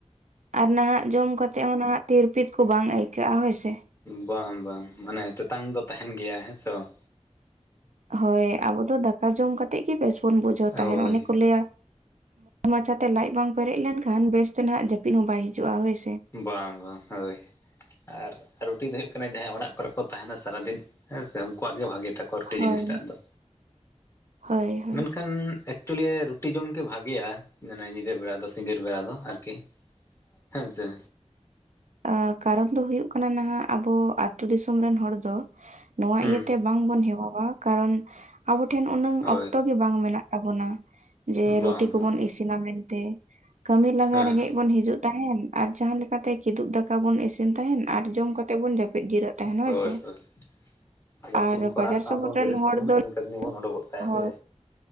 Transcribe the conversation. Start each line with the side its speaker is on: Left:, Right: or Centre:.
Right: ᱟᱨ ᱱᱟᱦᱟᱜ ᱡᱚᱢ ᱠᱟᱛᱮ ᱦᱚᱸ ᱱᱟᱦᱟᱜ ᱛᱤᱨᱯᱤᱛ ᱠᱚ ᱵᱟᱝ ᱟᱹᱭᱠᱟᱹᱜᱼᱟ ᱦᱳᱭ ᱥᱮ᱾
Left: ᱵᱟᱝ ᱵᱟᱝ, ᱢᱟᱱᱮ ᱛᱮᱛᱟᱝ ᱫᱚ ᱛᱟᱸᱦᱮᱱ ᱜᱮᱭᱟ ᱦᱮᱸ ᱥᱮ ᱵᱟᱝ?
Right: ᱦᱳᱭ ᱟᱵᱚ ᱫᱚ ᱫᱟᱠᱟ ᱡᱚᱢ ᱠᱟᱛᱮᱫ ᱜᱮ ᱵᱮᱥ ᱵᱚᱱ ᱵᱩᱡᱷᱟᱹᱣ ᱛᱟᱦᱮᱱ
Left: ᱦᱳᱭ
Right: ᱚᱱᱮ ᱠᱚ ᱞᱟᱹᱭᱟ ᱢᱟᱪᱷᱟᱛᱮ ᱞᱟᱡ ᱵᱟᱝ ᱯᱮᱨᱮᱡ ᱞᱮᱱᱠᱷᱟᱱ ᱵᱮᱥᱛᱮ ᱱᱟᱦᱟᱜ ᱡᱟᱹᱯᱤᱫ ᱦᱚᱸ ᱵᱟᱭ ᱦᱤᱡᱩᱜᱼᱟ ᱦᱳᱭ ᱥᱮ
Left: ᱵᱟᱝ ᱵᱟᱝ ᱦᱳᱭ ᱟᱨ ᱨᱩᱴᱤ ᱫᱚ ᱦᱩᱭᱩᱜ ᱠᱟᱱᱟ ᱡᱟᱦᱟᱸᱭ ᱚᱲᱟᱜ ᱠᱚᱨᱮ ᱠᱚ ᱛᱟᱦᱮᱱᱟ ᱥᱟᱨᱟᱫᱤᱱ ᱦᱮᱸ ᱥᱮ ᱩᱱᱠᱩᱣᱟᱜ ᱜᱮ ᱵᱷᱟᱜᱤ ᱨᱴᱤ
Right: ᱦᱳᱭ
Left: ᱡᱤᱱᱤᱥᱴᱟᱜ ᱫᱚ
Right: ᱦᱳᱭ ᱦᱳᱭ
Left: ᱢᱮᱱ ᱮᱠᱷᱟᱱ ᱮᱠᱪᱩᱞᱤ ᱨᱩᱴᱤ ᱡᱚᱢ ᱜᱮ ᱵᱷᱟᱜᱮᱭᱟ ᱢᱟᱱᱮ ᱧᱤᱫᱟᱹ ᱵᱮᱲᱟ ᱫᱚ ᱥᱤᱸᱜᱟᱹᱲ ᱵᱮᱲᱟ ᱫᱚ ᱟᱨᱠᱤ᱾ ᱦᱮᱸᱥᱮ
Right: ᱟ ᱠᱟᱨᱚᱱ ᱫᱚ ᱦᱩᱭᱩᱜ ᱠᱟᱱᱟ ᱱᱟᱦᱟᱜ ᱟᱵᱚ ᱟᱛᱳ ᱫᱤᱥᱚᱢ ᱨᱮᱱ ᱦᱚᱲ ᱫᱚ ᱱᱚᱣᱟ
Left: ᱦᱩᱸ
Right: ᱤᱭᱟᱹᱛᱮ ᱵᱟᱝ ᱵᱚᱱ ᱦᱮᱣᱟ-ᱟ ᱠᱟᱨᱚᱱ ᱟᱵᱚ ᱴᱷᱮᱱ ᱩᱱᱟᱹᱝ
Left: ᱦᱳᱭ
Right: ᱚᱠᱛᱚ ᱜᱮ ᱵᱟᱝ ᱢᱮᱱᱟᱜ ᱛᱟᱵᱚᱱᱟ ᱡᱮ
Left: ᱵᱟᱝ
Right: ᱨᱩᱴᱤ
Left: ᱵᱟᱝ
Right: ᱠᱚᱵᱩᱱ ᱤᱥᱤᱱᱟ ᱢᱮᱱᱛᱮ ᱠᱟᱹᱢᱤ ᱞᱟᱜᱟ
Left: ᱦᱮᱸ
Right: ᱨᱮᱸᱜᱮᱡ
Left: ᱦᱮᱸ
Right: ᱵᱚᱱ ᱦᱤᱡᱩᱜ ᱛᱟᱦᱮᱱ ᱟᱨ ᱡᱟᱦᱟᱸ ᱞᱮᱠᱟᱛᱮ ᱠᱤᱫᱩᱵ ᱫᱟᱠᱟ ᱵᱩᱱ ᱤᱥᱤᱱ ᱛᱟᱦᱮᱱ ᱟᱨ ᱡᱚᱢ ᱠᱟᱛᱮ ᱵᱚᱱ ᱡᱟᱹᱯᱤ ᱢᱤᱫ ᱡᱤᱨᱟᱜ ᱛᱟᱦᱮᱱᱟ
Left: ᱦᱳᱭ
Right: ᱦᱚᱭ ᱥᱮ
Left: ᱦᱳᱭ ᱟᱵᱟᱨ ᱥᱤᱢ
Right: ᱟᱨ
Left: ᱠᱚ
Right: ᱵᱟᱡᱟᱨ
Left: ᱨᱟᱜ ᱥᱟᱶ
Right: ᱥᱚᱦᱚᱨ
Left: ᱛᱮᱵᱚᱱ
Right: ᱨᱮᱱ
Left: ᱵᱮᱨᱮᱫ
Right: ᱦᱚᱲ
Left: ᱠᱟᱛᱮ ᱵᱚᱱ
Right: ᱫᱚ
Left: ᱠᱟᱹᱢᱤ ᱠᱟᱹᱥᱱᱤ ᱵᱚᱱ
Right: <inaudible>
Left: ᱩᱰᱩᱠᱚᱜ ᱛᱟᱭᱟ
Right: ᱦᱳᱭ
Left: ᱥᱮ